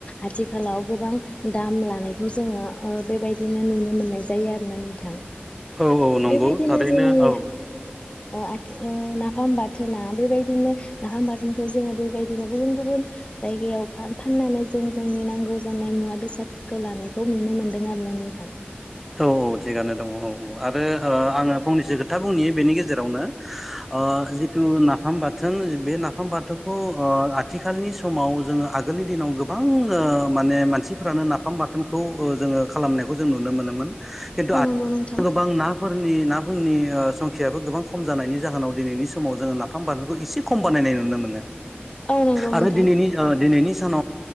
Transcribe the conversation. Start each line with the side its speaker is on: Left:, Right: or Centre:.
Left: आथिखालाव गोबां दाम लानायखौ जोङो ओ बेबायदिनो नुनो मोननाय जायो आरो नो नोंथां
Centre: औ औ नंगौ
Left: बेबायदिनो
Centre: थारैनो
Left: जोंनि
Centre: औ
Left: अ आथ उम नाफाम बाथोना बेबायदिनो नाफाम बाथोन खौ जोङो बेबायदिनो गुबुन-गुबुन जायगायाव फाननानै जों जोंनि नांगौ जानाय मुवा बेसाद। फोरखौ लानायखौ नुनो मोन्दों आरो ना नोंथां।
Centre: औ-औ थिगानो दङ औ औ आरो आङो फंनैसो खोथा बुंनि बेनि गेजेरावनो। अ जिथु नाफाम बाथ थोन बे नाफाम बाथौखौ ओ आथिखालनि समाव जोङो आगोलनि दिनाव गोबां ओ मा माने मानसिफोरानो नाफाम बाथोनखौ ओ जोङो खालामनायखौ जों नुनो मोनो खिन्थु आथि
Left: नंगौ नोंथां
Centre: <unintelligible> गोबां ना फोरनि नाफोरनि संखियाबो गोबां खम जानायनि जाहोनाव दिनैनि समाव जोङो नाफाम बानलुखौ एसे खम बानाय नाय नुनो मोनो
Left: औ नंगौ
Centre: आरो
Left: नोंथां
Centre: दिनैनि ओ दिनैनि न